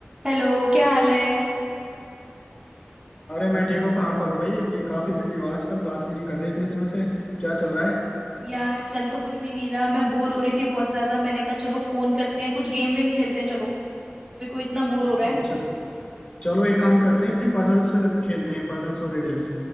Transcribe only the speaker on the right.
Hello क्या हाल है
यार चल तो कुछ भी नहीं रहा मैं बोर हो रही थी बहुत ज्यादा मैंने कहा चलो फोन करते हैं कुछ गेम वेम खेलते हैं चलो मेरे को इतना बोर हो रहा है